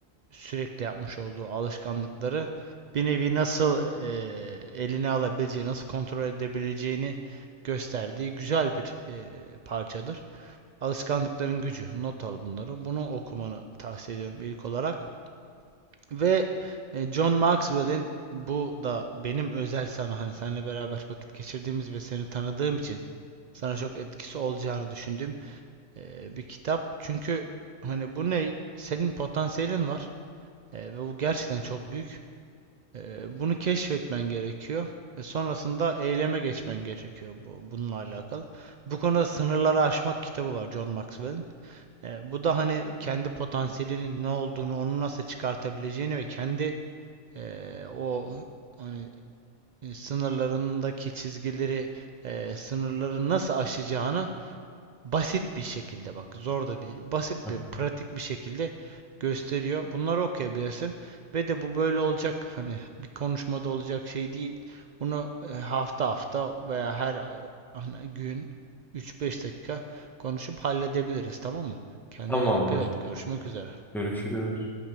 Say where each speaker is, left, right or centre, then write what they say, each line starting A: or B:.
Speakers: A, on the right; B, in the centre.
A: sürekli yapmış olduğu alışkanlıkları bir nevi nasıl eee, eline alabileceği, nasıl kontrol edebileceğini gösterdiği güzel bir eee, parçadır. Alışkanlıkların gücü. Not al bunları. Bunu okumanı tavsiye ediyorum ilk olarak. Ve e, John Maxwell'in bu da benim özel sana hani seninle beraber vakit geçirdiğimiz ve seni tanıdığım için sana çok etkisi olacağını düşündüğüm e, bir kitap. Çünkü hani bu ne? Senin potansiyelin var E, ve bu gerçekten çok büyük. E, bunu keşfetmen gerekiyor ve sonrasında eyleme geçmen gerekiyor bu, bununla alakalı. Bu konuda Sınırları Aşmak kitabı var John Maxwell'in. E, bu da hani kendi potansiyelinin ne olduğunu, onu nasıl çıkartabileceğini ve kendi e, o hani e, sınırlarındaki çizgileri, e, sınırları nasıl aşacağını basit bir şekilde bak zor da değil. Basit
B: Heh,
A: bir pratik bir şekilde gösteriyor. Bunları okuyabilirsin ve de bu böyle olacak hani bir konuşmada olacak şey değil. Bunu e, hafta hafta veya her e, hani gün üç beş dakika konuşup halledebiliriz tamam mı? Kendine
B: tamamdır.
A: dikkat et. Görüşmek üzere.
B: Görüşürüz.